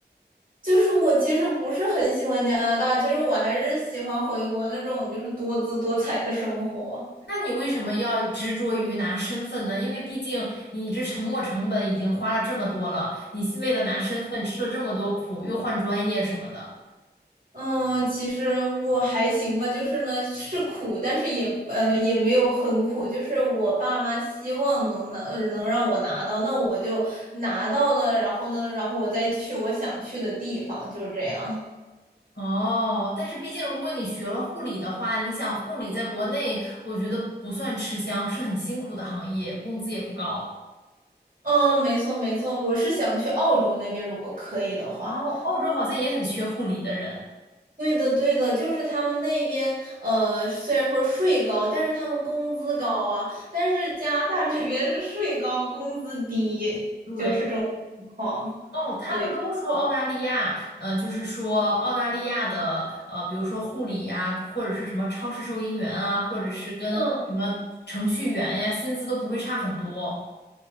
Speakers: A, on the right; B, on the left.
A: 就是我其实不是很喜欢加拿大，其实我还是喜欢回国那种就是多姿多彩的生活。
B: 那你为什么要执着于拿身份呢？因为毕竟你这沉没成本已经花了这么多了，你为了拿身份吃了这么多苦，又换专业什么的。
A: 嗯，其实我还行吧，就是呢是苦，但是也呃也没有很苦，就是我爸妈希望能拿呃能让我拿到，那我就拿到了，然后呢，然后我再去我想去的地方，就是这样。
B: 哦，但是毕竟如果你学了护理的话，你想护理在国内，我觉得不算吃香，是很辛苦的行业，工资也不高。
A: 嗯，没错没错，我是想去澳洲那边，如果可以的话。
B: 哦，澳洲好像也很缺护理的人。
A: 对的，对的，就是他们那边，呃，虽然说税高，但是他们工资高啊。但是加拿大这边是税高，工资低，
B: 对。
A: 就是这种情况。
B: 哦，他们都说澳大利亚，
A: 对，
B: 呃，就是说澳大利亚的，呃，比如说护理呀、或者是什么超市收银员啊，或者是跟什么程序员呀，
A: 嗯，
B: 薪资都不会差很多，